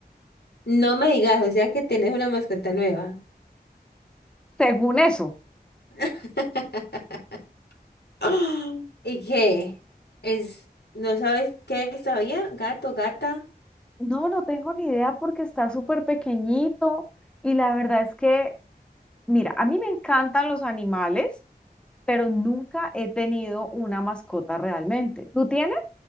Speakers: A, on the left; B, in the centre.
A: no me digas, o sea que tienes una mascota nueva.
B: según eso.
A: <gasps> <laughs> ¡Ah! ¿Y qué? Es, ¿no sabes qué es todavía? Gato, gata.
B: No, no tengo ni idea porque está súper pequeñito y la verdad es que, mira, a mí me encantan los animales, pero nunca he tenido una mascota realmente. ¿Tú tienes?